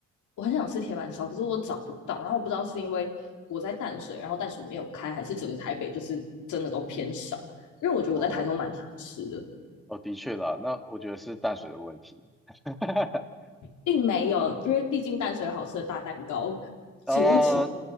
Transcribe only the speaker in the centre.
哦哦，的确啦，那我觉得是淡水的问题。<laughs>
哦，